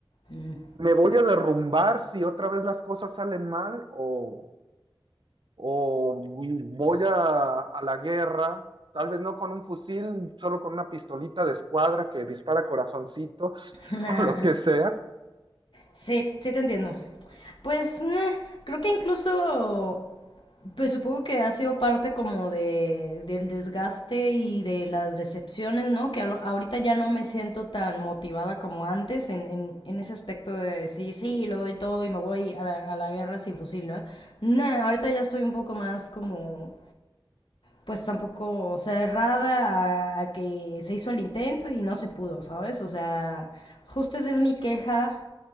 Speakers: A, on the left; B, on the right.
A: Mm.
B: ¿Me voy a derrumbar si otra vez las cosas salen mal o, o voy a, a la guerra, tal vez no con un fusil, solo con una pistolita de escuadra que dispara corazoncitos
A: <laughs>
B: <laughs> o lo que sea.
A: Sí, sí te entiendo. Pues meh, creo que incluso, pues supongo que ha sido parte como de, del desgaste y de las decepciones, ¿no? Que al- ahorita ya no me siento tan motivada como antes en, en, en ese aspecto de decir, sí, lo doy todo y me voy a la, a la guerra sin fusil, ¿no? Nah, ahorita ya estoy un poco más como, pues tampoco cerrada a, a que se hizo el intento y no se pudo, ¿sabes? O sea, justo esa es mi queja